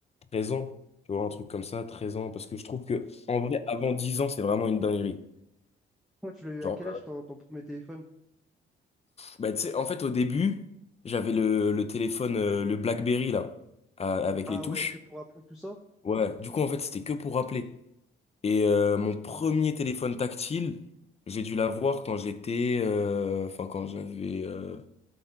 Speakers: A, on the left (about 30°); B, in the centre.
A: 13 ans, tu vois, un truc comme ça, 13 ans, parce que je trouve que, en vrai, avant 10 ans, c'est vraiment une dinguerie.
B: Toi, tu l'as eu
A: Genre,
B: à quel
A: euh,
B: âge ton, ton premier téléphone?
A: bah, tu sais, en fait, au début, j'avais le, le téléphone, euh, le BlackBerry, là, à- avec
B: Ah
A: les touches.
B: ouais, que pour appeler tout ça?
A: Ouais, du coup, en fait, c'était que pour appeler. Et euh, mon premier téléphone tactile, j'ai dû l'avoir quand j'étais. euh, Enfin, quand j'avais. euh,